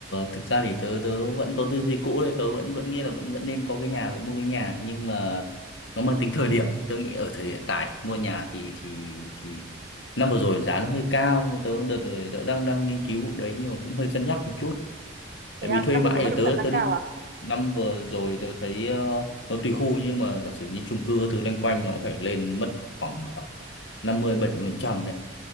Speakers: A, on the left; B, on the right.
A: thực ra thì tớ tớ vẫn có tư duy cũ đấy tớ vẫn vẫn nghĩ là vẫn vẫn nên có cái nhà vẫn mua cái nhà nhưng mà nó mang tính thời điểm
B: Ừ.
A: ấy. tớ nghĩ ở thời hiện tại mua nhà thì thì thì năm vừa rồi giá nó hơi cao nhưng tớ đợt rồi tớ đang đang nghiên cứu vụ đấy nhưng mà cũng hơi cân nhắc một chút tại
B: Thế à,
A: vì thuê
B: năm
A: mãi
B: vừa rồi bất
A: thì
B: động
A: tớ
B: sản tăng
A: tớ
B: cao
A: đi
B: à?
A: năm vừa rồi tớ thấy ờ, nó tùy khu nhưng mà giả sử như chung cư thứ loanh quanh nó cũng phải lên mất khoảng ờ, năm mươi bảy mươi phần trăm đấy